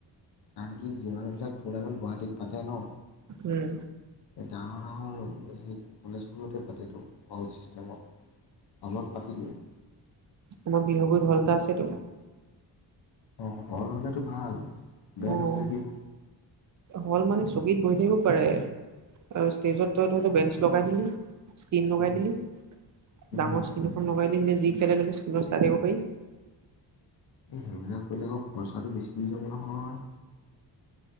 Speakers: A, on the left; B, on the right.
A: কাৰণ কি, যি মানুহবিলাক প্ৰগেম গুৱাহাটীত পাতে ন?
B: উম
A: এই ডাঙৰ - ডাঙৰ সেই কলেজবোৰতে পাতেতো', হল ছিষ্টেমত, হলত পাতি দিয়ে',
B: তোমাৰ বিহু বুলি ঢল এটা আছেটো?
A: অ', হল হ'লে তো ভাল', বেঞ্চ
B: অ'
A: লাগিব
B: হল মানে ছকিত বহি থাকিব পাৰে', তাৰপিছত ষ্টেজত তই ধৰিল বেঞ্চ লগাই দিলি', স্কিন লগাই
A: উম
B: দিলি,
A: উম
B: ডাঙৰ স্কিন এখন লগাই দিলি মানে যি খেলে - খেলে স্কিনত চাই থাকিব পাৰি',
A: এই, সেইবিলাক কৰিলে আকৌ খৰচাটো বেছিই যাব নহয়?